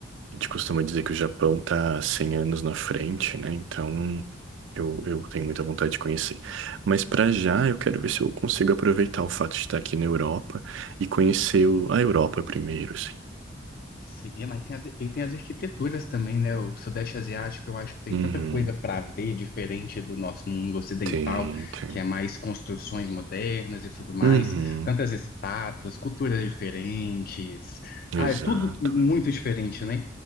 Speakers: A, on the right; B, on the left.
A: A gente costuma dizer que o Japão tá 100 anos na frente, né? Então, eu, eu tenho muita vontade de conhecer. Mas para já, eu quero ver se eu consigo aproveitar o fato de estar aqui na Europa e conhecer o- a Europa primeiro, assim.
B: Sim, e- mas tem as, e tem as arquiteturas também, né? O Sudeste Asiático, eu acho que tem
A: Uhum,
B: tanta coisa para ver diferente do nosso mundo ocidental,
A: tem, tem.
B: que é mais construções modernas e tudo mais,
A: Uhum,
B: tantas estátuas, culturas diferentes. Ah,
A: exato.
B: é tudo muito diferente, né?